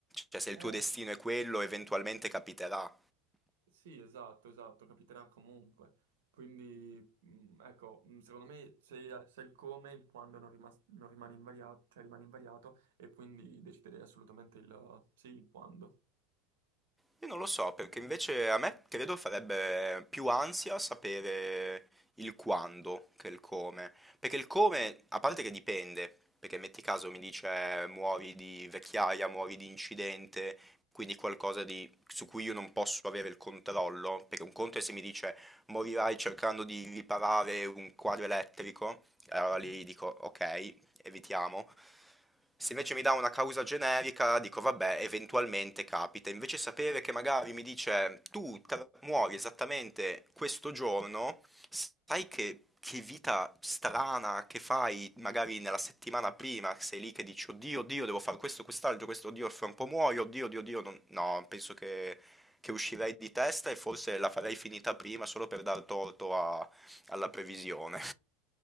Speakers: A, in the centre; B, on the right.
A: cioè se il
B: Eh,
A: tuo destino è quello, eventualmente capiterà.
B: Sì, esatto, esatto, capiterà comunque. Quindi, mh, ecco, mh, secondo me se, se il come, il quando non, rimas- non rimane invariato, cioè rimane invariato, e quindi deciderei assolutamente il sì, il quando.
A: Io non lo so, perché invece a me credo farebbe più ansia sapere il quando che il come. Perché il come, a parte che dipende, perché metti caso mi dice eh, muori di vecchiaia, muori di incidente, quindi qualcosa di- su cui io non posso avere il controllo, perché un conto è se mi dice morirai cercando di riparare un quadro elettrico, e allora
B: Mhm.
A: lì dico ok, evitiamo. Se invece mi dà una causa generica, dico vabbè, eventualmente capita. Invece sapere che magari mi dice tu tra- muori esattamente questo giorno, sai che, che vita strana che fai magari nella settimana prima, sei lì che dici oddio, oddio, devo fare questo, quest'altro, questo, oddio, fra un po' muoio, oddio, oddio, oddio, non- no, penso che, che uscirei di testa e forse la farei finita prima solo per dar torto a- alla previsione.